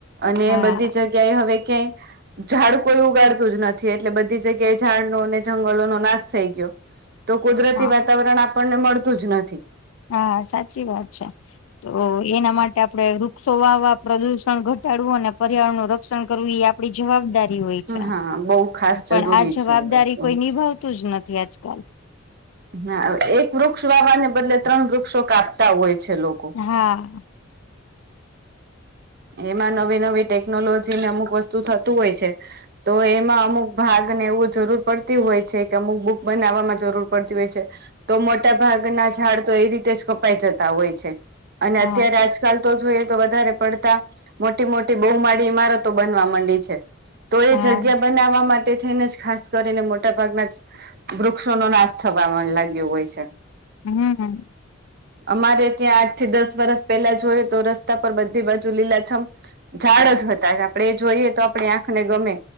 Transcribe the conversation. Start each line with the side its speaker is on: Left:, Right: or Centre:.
Right: અને
Left: હા
Right: બધી જગ્યાએ હવે ક્યાંય ઝાડ કોઈ ઉગાડતું જ નથી એટલે બધી જગ્યાએ એ ઝાડ નો અને જંગલો નો નાશ થઈ ગ્યો. તો કુદરતી
Left: હા
Right: વાતાવરણ આપણને મળતું જ નથી.
Left: હા સાચી વાત છે. તો એના માટે આપડે વૃક્ષો વાવવા પ્રદુષણ ઘટાડવું અને પર્યાવરણ નું રક્ષણ કરવું ઈ આપ પડી જવાબદારી હોય છે.
Right: હા બહુ ખાસ
Left: પણ
Right: જરૂરી
Left: આ જવાબદારી
Right: છે એ વસ્તુ.
Left: કોઈ નિભાવતું જ નથી આજકાલ.
Right: હાવે એક વૃક્ષ વાવાને બદલે ત્રણ વૃક્ષો કાપતા હોય છે લોક
Left: હા.
Right: એમાં નવી નવી ટેકનોલોજીને અમુક વસ્તુ થતું હોય છે, તો એમાં અમુક ભાગને એવું જરૂર પડતી હોય છે, કે અમુક બુક બનાવવામાં જરૂર પડતી હોય છે. તો મોટા ભાગના ઝાડ તો એ રીતે જ કપાઈ જતા હોય છે. અને
Left: હા
Right: અત્યારે
Left: સ
Right: આજકાલ તો જોઈએ તો વધારે પડતા મોટી મોટી બહુમાળી ઈમારતો બનવા માંડી છે તો એ
Left: હા
Right: જગ્યા બનાવવા મા તે છે ને જ ખાસ કરીને મોટાભાગના જ વૃક્ષો નો નાશ થવા મ લાગ્યો હોય છે.
Left: હમ.
Right: અમારે ત્યાં આઠ થી દસ વરસ પેલા જોયું તો રસ્તા પર બધી બાજ તો લીલા છમ ઝાડ જ હતા આપડે એ જોઈએ તો આપડે આંખને ગમે.